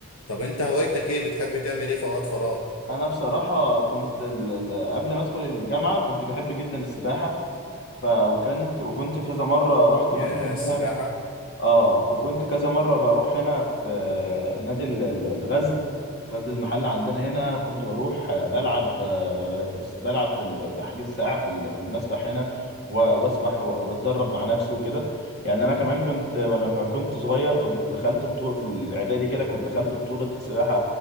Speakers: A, on the left (about 90°); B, on the left (about 50°).
A: طب انت هوايتك ايه بتحب تعمل ايه في اوقات فراغ
B: انا بصراحه كنت ال- ال- قبل ما ادخل الجامعه كنت بحب جدا السباحه ف... وكنت وكنت كذا مره رحت
A: يا
B: مثلا هنا
A: السباحة
B: اه وكنت
A: مم.
B: كذا مره بروح هنا في آه، نادي ال- ال- الغزل غزل المحله عندنا هنا كنت بروح آه، بلعب آه، بس- بلعب في ال- بحجز ساعه في ال- في المسبح هنا و- واسبح و- واتدرب مع نفسي وكده يعني انا كمان كنت وانا لما كنت صغير كنت دخلت بطوله في الاعدادي كده كنت دخلت بطوله سباحه